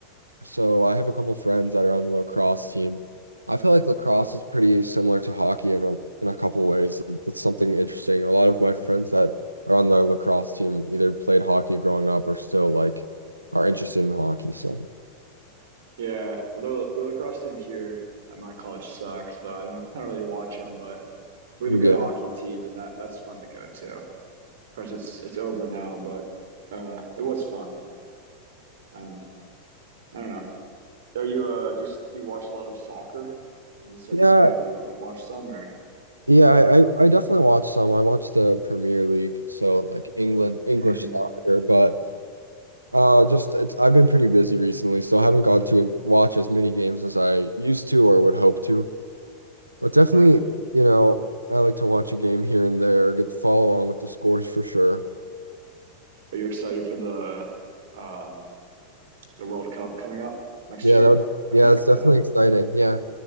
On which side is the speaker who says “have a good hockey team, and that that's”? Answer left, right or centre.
Right